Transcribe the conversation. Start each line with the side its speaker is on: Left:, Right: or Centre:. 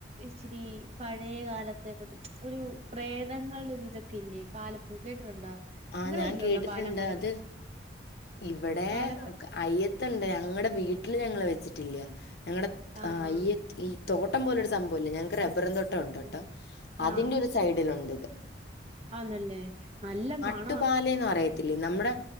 Right: ഇച്ചിരി പഴയ കാലത്തെ പറ്റി ഒരു പ്രേതങ്ങളുടെ ഒരു ഇതൊക്കെ ഇല്ലേ പാലപ്പൂ കേട്ടിട്ടുണ്ടോ
Left: ആഹ്
Right: നിങ്ങളെ
Left: ഞാൻ
Right: വീട്ടിലുണ്ടോ
Left: കേട്ടിട്ടുണ്ട്
Right: പാലമരം
Left: അത് ഇവിടെ
Right: പാലമ
Left: അയ്യത്തുണ്ട് ഞങ്ങളുടെ വീട്ടിൽ ഞങ്ങള് വെച്ചിട്ടില്ല ഞങ്ങളടെ
Right: ആഹ്
Left: അയ്യ ഈ തോട്ടം പോലൊരു സംഭവംഇല്ലേ? ഞങ്ങക്ക് റബ്ബർ തോട്ടം ഉണ്ട്ട്ടോ
Right: ഉം
Left: അതിന്റെ
Right: ആഹ്
Left: ഒരു സൈഡിൽ ഉണ്ട്ഇത്.
Right: ആന്നല്ലേ നല്ല മണ
Left: കാട്ടുപാലഎന്ന് പറയത്തില്ലേ, നമ്മുടെ